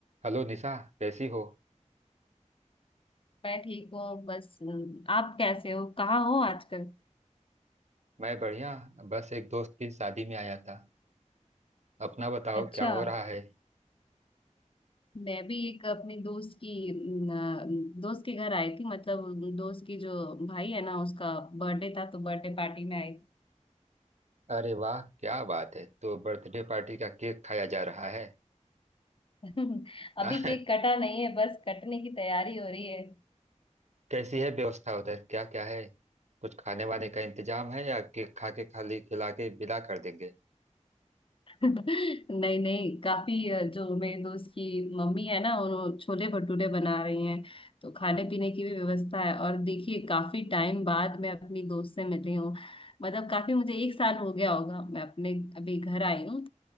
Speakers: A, on the right (about 65°); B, on the left (about 45°).
A: Hello Nisha कैसी हो
B: मैं ठीक हूँ बस अम, आप कैसे हो कहाँ हो आजकल
A: मैं बढ़िया बस एक दोस्त की शादी में आया था अपना बताओ
B: अच्छा
A: क्या हो रहा है
B: मैं भी एक अपने दोस्त की अम, अ, दोस्त के घर आई थी मतलब दोस्त की जो भाई है ना उसका बर्थडे था तो बर्थडे पार्टी में आई थी
A: अरे वाह क्या बात है तो बर्थडे पार्टी का केक खाया जा रहा है
B: <laughs>
A: ना
B: अभी
A: <laughs>
B: केक कटा नहीं है बस कटने की तैयारी हो रही है
A: कैसी है व्यवस्था उधर क्या क्या है कुछ खाने वाने का इंतजाम है या केक खा के खाली खिला के विदा कर देंगे
B: नहीं नहीं काफी अ, जो मेरे दोस्त की मम्मी है ना उन्होंने छोले भटूरे बना रही हैं तो खाने पीने की भी व्यवस्था है और देखिए काफी टाइम बाद मैं अपनी दोस्त से मिली हूँ मतलब काफी मुझे एक साल हो गया होगा मैं अपने अभी घर आई हूँ